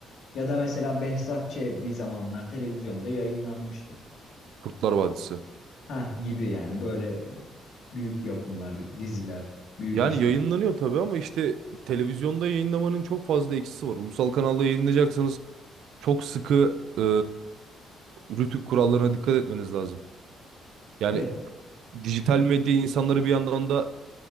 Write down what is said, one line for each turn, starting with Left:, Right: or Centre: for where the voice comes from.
Left: Ya da mesela Behzat Ç. bir zamanlar televizyonda yayınlanmıştı.
Right: Kurtlar Vadisi.
Left: Ha gibi yani böyle e, büyük yapımlar, diziler, büyük
Right: Yani
Left: işler.
Right: yayınlanıyor tabii ama işte televizyonda yayınlamanın çok fazla eksisi var. Ulusal kanalda yayınlayacaksanız çok sıkı e, rütük kurallarına dikkat etmeniz lazım. Yani
Left: Evet,
Right: dijital medya insanları bir yandan da